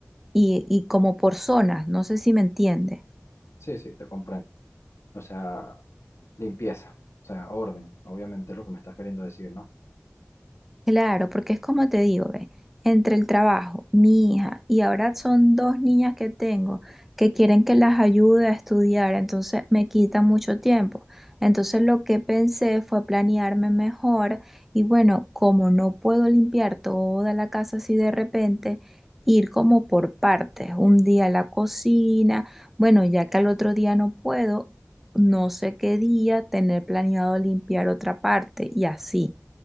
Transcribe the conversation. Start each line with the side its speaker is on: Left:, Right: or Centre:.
Centre: y, y como por zonas, no sé si me entiendes.
Left: Sí, sí, te comprendo. O sea, limpieza, o sea, orden, obviamente es lo que me estás queriendo decir, ¿no?
Centre: Claro, porque es como te digo, ve, entre el trabajo, mi hija, y ahora son dos niñas que tengo que quieren que las ayude a estudiar, entonces me quita mucho tiempo. Entonces lo que pensé fue planearme mejor y bueno, como no puedo limpiar toda la casa así de repente, ir como por partes, un día la cocina, bueno, ya que al otro día no puedo, no sé qué día tener planeado limpiar otra parte y así.